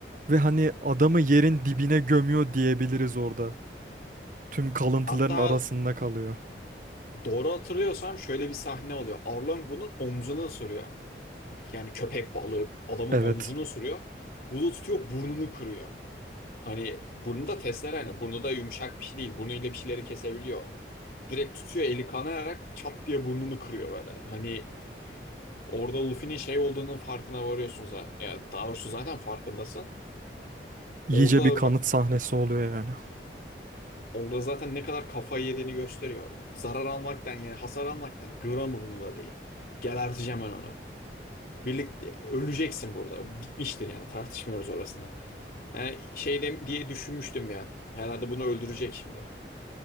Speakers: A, on the right; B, on the left.
A: ve hani adamı yerin dibine gömüyor diyebiliriz orada. Tüm kalıntıların
B: Hatta
A: arasında kalıyor.
B: doğru hatırlıyorsam şöyle bir sahne oluyor. Arlong bunun omzunu ısırıyor. Yani köpek balığı adamın
A: Evet.
B: omzunu ısırıyor. Bunu tutuyor burnunu kırıyor. Hani burnu da testere hani burnu da yumuşak bir şey değil. Burnuyla bir şeyleri kesebiliyor. direkt tutuyor eli kanayarak çat diye burnunu kırıyor böyle. Hani orada Luffy'nin şey olduğunun farkına varıyorsun zaten. Ya daha doğrusu zaten farkındasın.
A: İyice
B: Orada
A: bir kanıt sahnesi oluyor yani.
B: orada zaten ne kadar kafayı yediğini gösteriyor. Zarar almaktan yani hasar almaktan gram umurunda değil. Geberteceğim ben onu. Birlikte öleceksin burada. Bitmiştir yani tartışmıyoruz orasını. Yani şey de- diye düşünmüştüm ya. Herhalde bunu öldürecek şimdi.